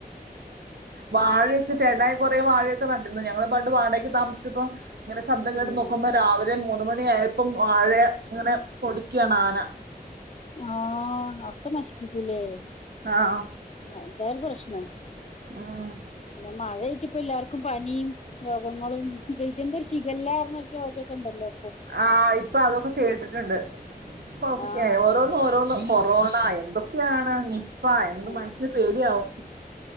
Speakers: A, on the right; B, on the left.
A: വാഴൊക്കെ ചേടായി കൊറെ വാഴയൊക്കെ നട്ടിരുന്നു ഞങ്ങൾ പണ്ട് വാടകക്ക് താമസിച്ചപ്പോ ഇങ്ങനെ ശബ്ദം
B: ഉം
A: കേട്ട് നോക്കുമ്പോ രാവിലെ മൂന്നു മണിയായപ്പം വാഴെ ഇങ്ങനെ പൊടിക്കാണ് ആന
B: ആ ഒക്ക നഷ്പ്പിക്കു ലെ
A: ആ ഓ
B: അതാണ് പ്രശ്നം
A: ഉം
B: പിന്നെ മഴ ആയിട്ട് ഇപ്പ എല്ലാർക്കും പനിം രോഗങ്ങളും <unintelligible> ഒര് ഷിഖല്ല പർഞ്ഞ ഒര് രോഗക്കണ്ടല്ലോ
A: ആ ഇപ്പ അതൊക്ക കേട്ട്ട്ട്ണ്ട് <unintelligible>
B: ആഹ്
A: ഓരോന്നു ഓരോന്നും കൊറോണ എന്തൊക്കെണ് നിപ്പാ എന്ത്
B: ആഹ്
A: മനുഷ്യന് പേടിയാവും